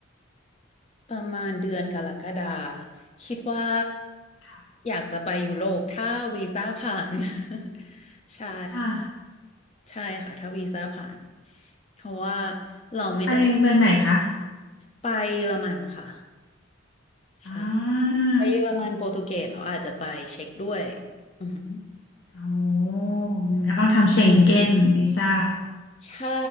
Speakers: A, on the left; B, on the left.
A: ประมาณเดือนกรกฎาคิดว่า
B: ค่ะ
A: อยากจะไปยุโรปถ้าวีซ่าผ่าน <laughs> ใช่
B: ค่ะ
A: ใช่ค่ะถ้าวีซ่าผ่านเพราะว่าเราไม่ได้
B: ไปเมืองไหนคะ
A: ไปเยอรมันค่ะ
B: อ่
A: ใช่
B: า
A: ไปเยอรมันโปรตุเกสเราอาจจะไปเช็กด้วยอือหือ
B: โอ้ก็ต้องทำเชงเก้นวีซ่า
A: ใช่